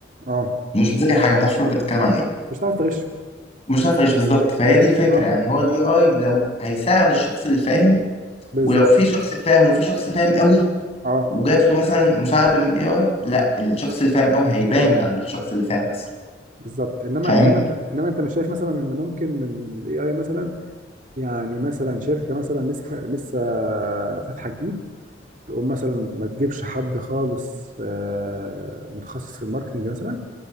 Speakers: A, on the right; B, on the left.
A: اه
B: ومش مذاكر حاجه ما تعرفش الماده بتتكلم عن ايه
A: مش هتعرف تغش
B: مش عارف ايش بالظبط فهي دي الفكره
A: اه
B: يعني هو الاي اي لو هيساعد الشخص اللي فاهم
A: بالظبط
B: ولو في شخص فاهم وفي شخص فاهم قوي
A: اه
B: وجات له مثلا مساعده من الاي اي لا الشخص اللي فاهم قوي هيبان عن الشخص اللي فاهم بس
A: بالظبط انما
B: فاهم
A: انما انت انما انت مش شايف مثلا ان ممكن ان الاي اي مثلا يعني مثلا شركة مثلا لسه فا- لسه فاتحة جديد تقوم مثلا ما تجيبش حد خالص آه، متخصص في الماركتنج مثلا